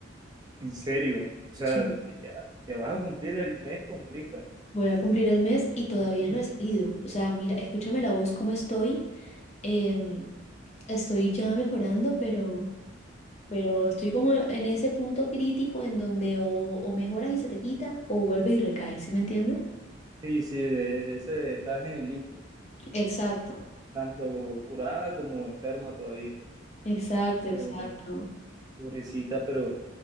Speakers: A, on the right (about 20°); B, on the left (about 35°).
A: En serio. O sea,
B: Sí.
A: ya, ya vas a cumplir el mes con gripa.
B: Voy a cumplir el mes y todavía
A: <laughs>
B: no he salido. O sea, mira, escúchame la voz, cómo estoy. em, estoy ya mejorando, pero... pero estoy como en ese punto crítico en donde o, o mejoras y se te quita o vuelves y recaes, ¿sí me entiendes?
A: Sí, sí, de- ese, estás en el limbo,
B: Exacto,
A: tanto curada como enferma todavía.
B: exacto,
A: Pero,
B: exacto.
A: pobrecita, pero